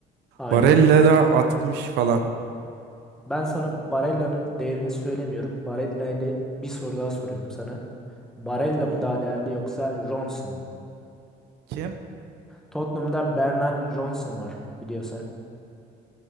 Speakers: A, in the centre; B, on the right.
A: Aynen.
B: Barella da 60 falan.
A: Ben sana Barella'nın değerini söylemiyorum. Barella ile bir soru daha soruyorum sana. Barella
B: Hı.
A: mı daha değerli yoksa Johnson mu?
B: Kim?
A: Tottenham'da Bernard Johnson var biliyorsan.